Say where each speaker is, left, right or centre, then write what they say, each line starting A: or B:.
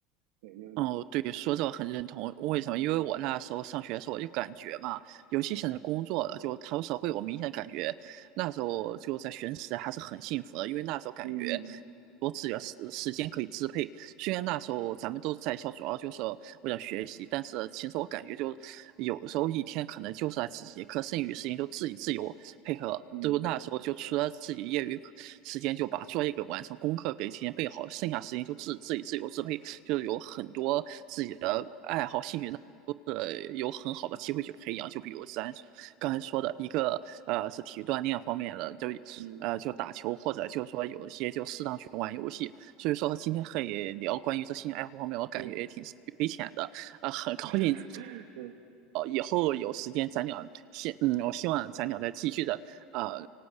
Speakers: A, on the right; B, on the right.
A: 对，就
B: 哦，对，说这个很认同。为什么？因为我那时候上学的时候，我就感觉吧，尤其现在工作了，就踏入社会，我明显感觉那时候就在学生时代还是很幸福的，因为那时候感觉
A: 嗯
B: 多自己的时时间可以支配，虽然那时候咱们都在校，主要就是为了学习，但是其实我感觉就有时候一天可能就是那几节课，剩余时间就自己自由配合。
A: 嗯
B: 就那时候就除了自己业余时间就把作业给完成，功课给提前备好，剩下时间就自自己自由支配，就是有很多自己的爱好兴趣那。都是有很好的机会去培养，就比如咱刚才说的一个，呃，是体育锻炼方面的，就，
A: 嗯
B: 呃，就打球或者就是说有一些就适当去玩游戏，所以说今天可以聊关于这兴趣爱好方面，我感觉也挺受益匪浅的，
A: 嗯
B: 呃，很高兴
A: <laughs> 嗯
B: 哦，以后有时间咱俩希嗯，我希望咱俩再继续的呃，